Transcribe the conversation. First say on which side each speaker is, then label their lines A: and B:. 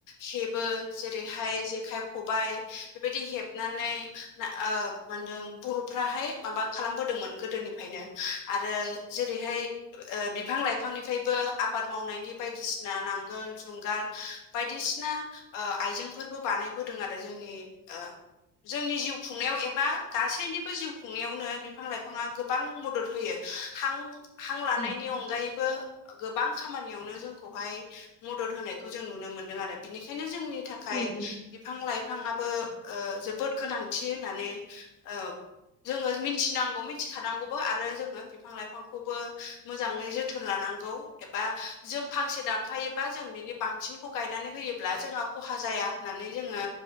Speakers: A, on the left (about 70°); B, on the left (about 20°).
A: हेबो जेरैहाय जेखाइ खबाइ बेबायदि हेबनानै ओ मा होनदों बर'फ्राहाय माबा खालामबोदोंमोन गोदोनिफ्रायनो आरो जेरैहाय ओ बिफां लाइफांनिफ्रायबो आबाद मावनायनि बायदिसिना नांगोल जुंगाल बायदिसिना ओ आइजेंफोरबो बानायबोदों आरो जोंनि ओ जोंनि जिउ खुंनायाव एबा गासैनिबो जिउ खुंनायावनो बिफां लाइफाङा गोबां मदद होयो। हां हां लानायनि
B: उम
A: अनगायैबो गोबां खामानियावनो जोंखौहाय मदद होनायखौ जों नुनो मोनदों आरो बिनिखायनो जोंनि था खाय
B: उम उम
A: बिफां लाइफाङाबो ओ जोबोद गोनांथि होननानै ओ जोङो मिथिनांगौ मिथिखानांगौबो आरो जोङो बिफां लाइफांखौबो मोजाङै जोथोन लानांगौ एबा जों फांसे दानफायोबा जों बिनि बांसिनखौ गायनानै होयोब्ला जोंहा खहा जाया होननानै जोङो